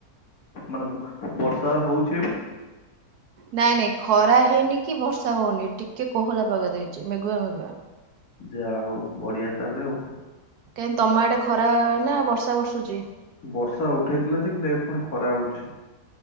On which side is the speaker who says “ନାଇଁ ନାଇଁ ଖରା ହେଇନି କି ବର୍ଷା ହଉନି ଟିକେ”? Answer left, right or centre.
Right